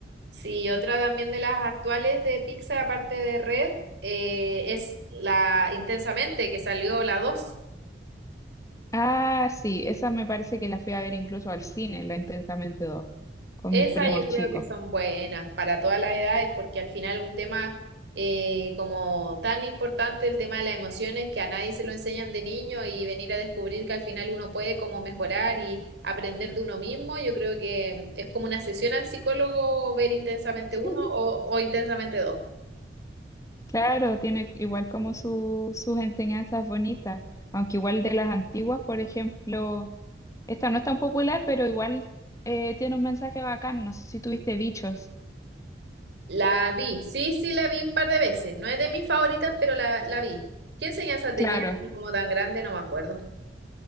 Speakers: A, on the right; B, on the left.
A: Sí, y otra también de las actuales de Pixar, aparte de Red, eh, es la Intensamente, que salió la 2.
B: Ah, sí, esa me parece que la fui a ver incluso al cine, la Intensamente dos, con
A: Esa
B: mis primos
A: yo creo
B: chicos.
A: que son buenas para todas las edades, porque al final un tema eh, como tan importante, el tema de las emociones, que a nadie se lo enseñan de niño y venir a descubrir que al final uno puede como mejorar y aprender de uno mismo, yo creo que mm, es como una sesión al psicólogo ver Intensamente
B: <laughs>
A: uno o, o Intensamente 2.
B: Claro, tiene igual como su- sus enseñanzas bonitas, aunque igual de las antiguas, por ejemplo, esta no es tan popular, pero igual eh, tiene un mensaje bacán, no sé si tuviste bichos,
A: La vi, sí, sí, la vi un par de veces. No es de mis favoritas, pero la, la vi. ¿Qué enseñanza tenía
B: claro.
A: así como tan grande? No me acuerdo.